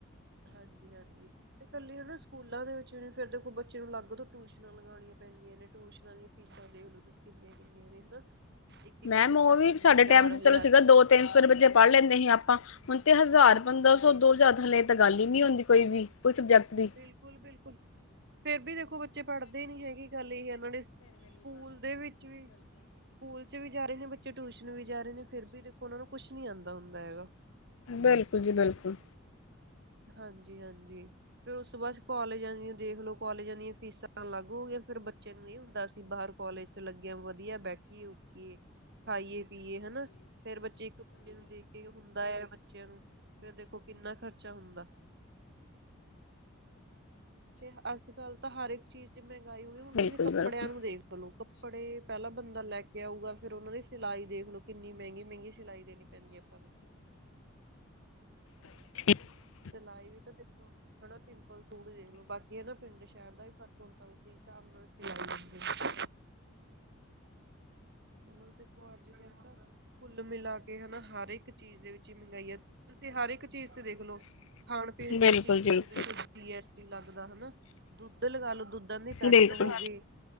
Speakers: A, on the right; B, on the left.
A: ਹਾਂਜੀ-ਹਾਂਜੀ। ਤੇ ਇਕੱਲੀ ਉਹ ਨਾ ਸਕੂਲਾਂ ਦੇ ਵਿੱਚ ਵੀ ਫਿਰ ਦੇਖੋ ਬੱਚੇ ਨੂੰ ਅਲੱਗ ਤੋਂ ਟਿਊਸ਼ਨਾਂ ਲਗਾਣੀਆਂ ਪੈਂਦੀਆਂ ਨੇ ਟਿਊਸ਼ਨਾਂ ਦੀਆ ਦੇਖ ਲੋ ਤੁਸੀਂ ਕਿੰਨੀਆਂ ਕਿੰਨੀਆਂ ਨੇ ਹਨਾ। ਇੱਕ ਇੱਕ
B: ਮੈਮ
A: ਸਬਜੈਕਟ
B: ਉਹ ਵੀ
A: ਦੀ
B: ਸਾਡੇ
A: ਹਜ਼ਾਰ
B: ਟਾਈਮ ਚ
A: ਹਜ਼ਾਰ
B: ਚਲੋ ਸੀਗਾ ਦੋ ਤਿੰਨ ਸੌ ਰੁਪਏ ਪੜ੍ਹ ਲੈਂਦੇ ਸੀ ਆਪਾਂ ਹੁਣ ਤੇ ਹਜ਼ਾਰ ਪੰਦਰਾਂ
A: ਬਿਲਕੁਲ
B: ਸੌ ਦੋ ਹਜਾਰ ਹਲੇ ਤਾਂ ਗੱਲ ਹੀ ਨੀ ਹੁੰਦੀ ਕੋਈ ਵੀ ਕੋਈ ਸਬਜੈਕਟ ਦੀ।
A: ਬਿਲਕੁਲ-ਬਿਲਕੁਲ, ਫਿਰ ਵੀ ਦੇਖੋ ਬੇ ਬੱਚੇ ਪੜ੍ਹਦੇ ਨੀ ਹੈਗੇ ਗੱਲ ਇਹੇ ਐ ਨਾਲੇ ਸਕੂਲ ਦੇ ਵਿੱਚ ਵੀ ਸਕੂਲ ਚ ਵੀ ਜਾ ਰਹੇ ਨੇ ਬੱਚੇ ਟਿਊਸ਼ਨ ਵੀ ਜਾ ਰਹੇ ਨੇ ਫਿਰ ਵੀ ਦੇਖੋ ਉਹਨਾਂ ਨੂੰ ਕੁਛ ਨੀ ਆਦਾ ਹੁੰਦਾ ਹੈਗਾ।
B: ਬਿਲਕੁਲ ਜੀ ਬਿਲਕੁਲ।
A: ਹਾਂਜੀ-ਹਾਂਜੀ, ਫੇਰ ਉਸ ਤੋਂ ਬਾਅਦ ਕੋਲਜ ਆ ਦਿਆ। ਦੇਖਲੋ ਕਾਲਜਾਂ ਦੀਆਂ ਫੀਸਾਂ ਲਾਗੂ ਹੋ ਗਈਆ ਫੇਰ ਬੱਚਿਆਂ ਨੂੰ ਇਹ ਹੁੰਦਾ ਸੀ ਬਾਹਰ ਕੋਲਜ ਚ ਲੱਗੇ ਆ ਵਧੀਆ ਬੈਠੀਏ। ਏ ਖਾਈਏ ਪੀਏ ਹਨਾ ਫੇਰ ਬੱਚੇ ਇੱਕ ਦਿਨ ਦੇ ਇਹ ਹੁੰਦਾ ਐ ਬੱਚਿਆਂ ਨੂੰ ਫਿਰ ਦੇਖੋ ਕਿੰਨਾ ਖਰਚਾ ਹੁੰਦਾ। ਤੇ ਅੱਜ-ਕੱਲ੍ਹ ਤਾਂ ਹਰ ਇੱਕ ਚੀਜ਼ ਚ ਮਹਿੰਗਾਈ ਹੋ ਗਈ ਹੁਣ ਤੁਸੀਂ
B: ਬਿਲਕੁਲ
A: ਕੱਪੜਿਆਂ
B: ਬਿਲਕੁਲ
A: ਨੂੰ ਦੇਖ ਖਲੋ ਕੱਪੜੇ ਪਹਿਲਾਂ ਬੰਦਾ ਲੈ ਕੇ ਆਊਗਾ ਫੇਰ ਉਹਨਾਂ ਦੀ ਸਿਲਾਈ ਦੇਖਲੋ। ਕਿੰਨੀ ਮਹਿੰਗੀ-ਮਹਿੰਗੀ ਸਿਲਾਈ ਦੇਣੀ ਪੈਂਦੀ ਐ ਆਪਾਂ ਨੂੰ।
B: <inaudible>
A: ਸਿਲਾਈ ਵੀ ਤਾਂ ਦੇਖੋ, ਹਨਾ ਸਿੰਪਲ ਸੂਟ ਦੇਖ ਲੋ ਬਾਕੀ ਹੈ ਨਾ ਪਿੰਡ ਸ਼ਹਿਰ ਦਾ ਫਰਕ ਹੁੰਦਾ ਉਸੇ ਹਿਸਾਬ ਨਾਲ ਸਵਾਈ ਲੈਂਦੇ। ਮਤਲਬ ਦੇਖੋ ਅੱਜ ਕੱਲ ਤਾ ਕੁੱਲ ਮਿਲਾ ਕੇ ਹਨਾ ਹਰ ਇੱਕ ਚੀਜ਼ ਦੇ ਵਿੱਚ ਮਹਿੰਗਾਈ ਐ ਤੁਸੀਂ ਹਰ ਇੱਕ ਚੀਜ਼ ਤੇ ਦੇਖ ਲਓ। ਖਾਣ-ਪੀਣ ਦੀਆਂ
B: ਬਿਲਕੁਲ
A: ਚੀਜ਼ਾਂ
B: ਜੀ ਬਿਲਕੁਲ
A: ਤੇ ਦੇਖਲੋ ਜੀ ਐਸ ਟੀ ਲੱਗਦਾ ਹਨਾ। ਦੁੱਧ ਲਗਾ ਲੋ ਦੁੱਧਾਂ ਦੇ ਪੈਕਟ
B: ਬਿਲਕੁਲ
A: ਹੋ ਗਏ।